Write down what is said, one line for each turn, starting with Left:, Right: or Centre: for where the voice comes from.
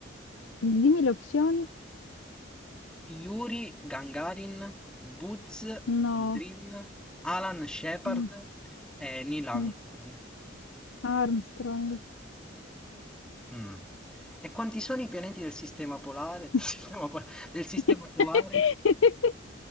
Left: dimmi le opzioni?
Centre: Yuri Gagarin, Buzz
Left: No,
Centre: Aldrin, Alan Shepard
Left: Mm,
Centre: e Neil Armstrong.
Left: mm. Armstrong.
Centre: Mh. E quanti sono i pianeti del sistema polare
Left: <laughs>
Centre: <laughs> del sistema po del sistema
Left: <laughs>
Centre: solare?